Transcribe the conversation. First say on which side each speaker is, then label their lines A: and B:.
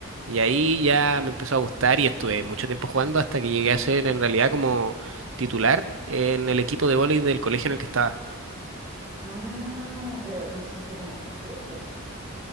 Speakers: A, on the right; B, on the right.
A: y ahí ya me empezó a gustar y estuve mucho tiempo jugando hasta que llegué a ser en realidad como titular en el equipo de vóley del colegio en el que estaba.
B: Ah, pero entonces fue como puro esfuerzo.